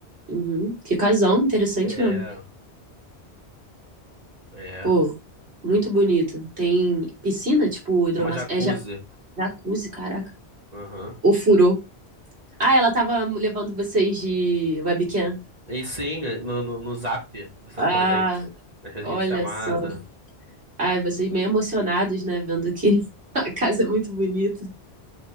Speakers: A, on the right; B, on the right.
A: Uhum. Que casão, interessante
B: É,
A: mesmo.
B: é.
A: Pô, muito bonito. Tem piscina, tipo, hidromassa...
B: É uma jacuzzi.
A: É ja- jacuzzi, caraca.
B: Aham.
A: O furo. Ah, ela tava levando vocês de webcam.
B: E sim, no, no, no Zap, conversando
A: Ah,
B: com a gente. A gente fez
A: olha
B: videochamada.
A: só. Ai, vocês meio emocionados, né? Vendo que <laughs> a casa é muito bonita.